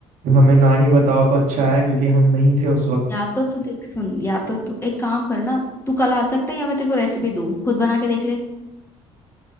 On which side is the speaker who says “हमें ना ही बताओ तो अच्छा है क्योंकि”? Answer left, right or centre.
Right